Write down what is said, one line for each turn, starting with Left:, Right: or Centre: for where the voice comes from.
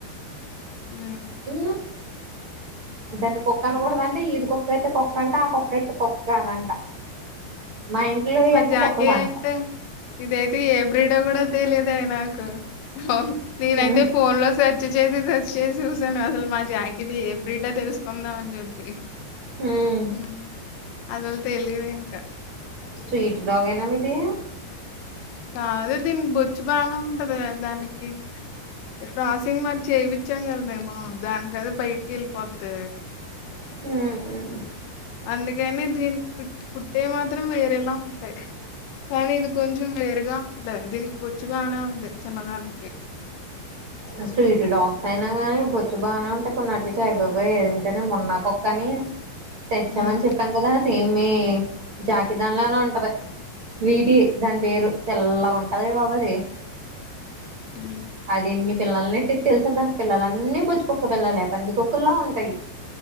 Left: ఉ
Right: ఉ దాన్ని కుక్క అనకూడద
Left: ఆ!
Right: అంటే ఇది కుక్క ఇదైతే కుక్క అంట ఆ కుక్క ఐతే కుక్క కాదంట మా ఇంట్లో ఇవన్నీ
Left: మా జాకీ
Right: కుక్కలు అంట
Left: అయితే ఇదయితే ఏ బ్రీడో కూడా తెలిదు నాకు అవును నేనైతే
Right: మ్మ్
Left: ఫోన్ లో సే వచ్చ చేసి వచ్చి చేసి చూసాను అసలు మా జాకిది ఏ బీటో తెలుసుకుందాం అని చెప్పి
Right: మ్మ్
Left: హ అసలు తెలీదు ఇంకా
Right: స్వీట్ డాగ్ ఏనా మీది
Left: కాదు దీనికి బొచ్చు బానే ఉంటది దానికి ప్రాసింగ్ వర్క్ చేప్పిచ్చాం గద మేమూ. దానికదే బయటికి ఎళ్ళిపోద్దీ.
Right: హ్ముఊ
Left: అందుకని దీనికి పుట్ పుట్టేవి మాత్రం వేరేలా ఉంటాయి. కానీ ఇది కొంచెం వేరుగా ఉందే. దీనికి బొచ్చు బాగనే ఉంది చిన్నదానికి.
Right: అ స్ట్రీటు డాగ్స్ అయినా గాని బొచ్చు బాగనే ఉంటాయి. కొన్నాట్లకి అయి బాబోయ్ ఏంటది మొన్నా కుక్కనీ తెచ్చామని
Left: హ్మ్
Right: చెప్పాను గదా సేమ్ మీ జాకిదాన్ లానే ఉంటది. స్వీటీ దాని పేరు తెల్లగ ఉంటది బాబు అది.
Left: ఊ
Right: అది ఎన్ని పిల్లలనెట్టిద్ది తెల్సా దాని పిల్లలన్నీ బొచ్చుకుక్క పిల్లలే పందికొక్కుళ్లా ఉంటయి.